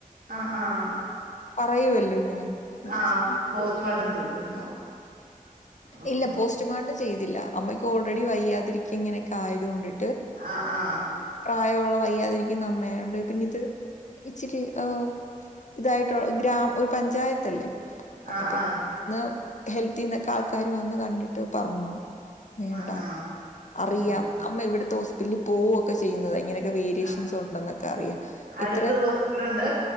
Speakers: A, on the right; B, on the left.
A: ആഹ് ആഹ്
B: പറയുവല്ലോ ഇങ്ങനെ മരിച്ചത്.
A: ആഹ് പോസ്റ്റ്മോർട്ടം
B: ഉം.
A: ചെയ്തിരുന്നു ഉം.
B: ഇല്ല പോസ്റ്റ്മാർട്ടം ചെയ്തില്ല അമ്മയ്ക്ക് ഓൾറെഡി വയ്യാതിരിക്കുക ഇങ്ങനെയൊക്കെ ആയത് കൊണ്ടി
A: ആഹ് ആഹ്
B: പ്രായള്ള വയ്യാതിരി ക്കുന്നമ്മയായൊണ്ട് പിന്നെ ഇത് ഇച്ചിരി ഉം ഇതായിട്ടുള്ള ഗ്രാമ ഒരു പഞ്ചായത്തല്ലേ അപ്പൊ
A: ആ.
B: പി
A: ആ.
B: ന്ന് ഹെൽ ത്തീന്നൊക്കെ ആൾക്കാര് വന്ന് കണ്ടിട്ട് പറഞ്ഞു വേണ്ട
A: ആ. ആ.
B: അറിയാം
A: ഉം.
B: അമ്മ ഇവിടുത്തെ ഹോസ് പ്പില് പോവുക്കെ ചെയ്യുന്നതാ ഇങ്ങനെ വേരിയേഷൻസ്
A: ആ.
B: ഉണ്ടൊന്നെക്കറിയാം
A: അടുത്ത്
B: ഇത്ര
A: ഹോസ്പിറ്റലുണ്ട്